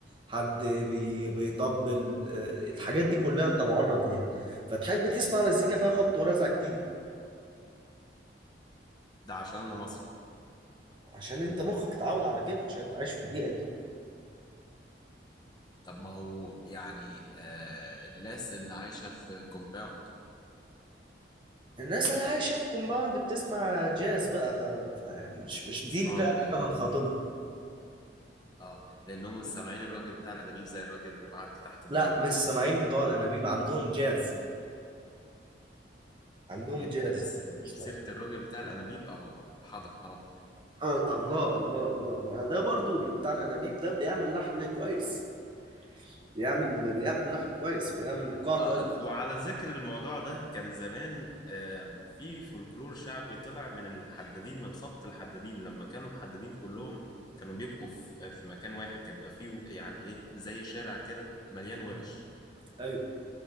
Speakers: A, on the right; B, on the left.
A: حد بي بيطبل آه، الحاجات دي كلها انت معرض ليها فتحب تسمع مزيكا فيها خبط ورزع كتير
B: ده عشان انا مصري
A: عشان انت مخك اتعود على كده عشان انت عايش في البيئه دي
B: طب ما هو يعني آه الناس اللي عايشه في كومباوند
A: الناس اللي عايشه في كومباوند بتسمع جاز بقى ف... ف... مش مش
B: بيسمعوا
A: دي الفئه
B: جاز
A: اللي احنا بنخاطبها
B: اه لانهم مش سامعين الراجل بتاع الانابيب زي الراجل اللي معدي تحت ده
A: لا
B: دلوقتي
A: مش السماعين بتوع الانابيب عندهم جاز عندهم
B: انت
A: جاز
B: لسه بتجيب
A: اسمع.
B: سيره الراجل بتاع الانابيب اهو حاضر على طول
A: آه الله الله الله ما ده برضو اللي بتاع الانابيب ده بيعمل لحن كويس بيعمل بيعمل لحن كويس بيعمل ايقاع كويس
B: اه وعلى ذكر الموضوع ده كان زمان آه في فولكلور شعبي طلع من الحدادين من خبط الحدادين لما كانوا الحدادين كلهم كانوا بيبقوا في آه، في مكان واحد كان بيبقى فيه يعني ايه زي شارع كده مليان ورش
A: آه. ايوه